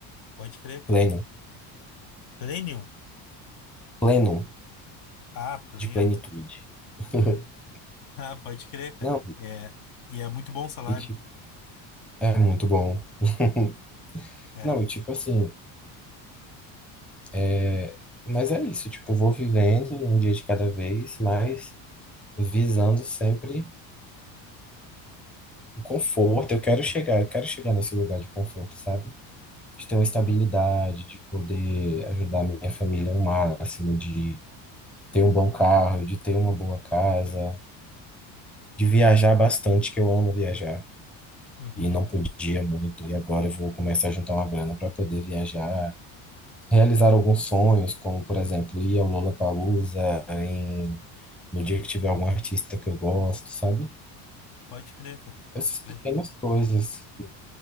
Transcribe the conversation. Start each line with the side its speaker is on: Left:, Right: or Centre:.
Left: Pode crer, cara.
Centre: pleno,
Left: Plenium.
Centre: pleno
Left: Ah, pleno.
Centre: de plenitude.
Left: <laughs>
Centre: <laughs>
Left: Ah, pode crer, cara.
Centre: Não,
Left: É. E é muito bom o salário.
Centre: e tipo, é muito bom. <laughs>
Left: É.
Centre: Não, e tipo assim, é, mas é isso, tipo, vou vivendo um dia de cada vez, mas visando sempre o conforto. Eu quero chegar, eu quero chegar nesse lugar de conforto, sabe? de ter uma
Left: Uhum,
Centre: estabilidade, de poder ajudar a minha família ao máximo, de ter um bom carro, de ter uma boa casa, de viajar bastante, que eu amo viajar.
Left: uhum.
Centre: E não podia muito, e agora eu vou começar a juntar uma grana para poder viajar, realizar alguns sonhos, como por exemplo, ir ao Lollapalooza em no dia que tiver algum artista que eu gosto, sabe?
Left: Pode crer, cara.
Centre: Essas
Left: Pode
Centre: pequenas
Left: crer.
Centre: coisas que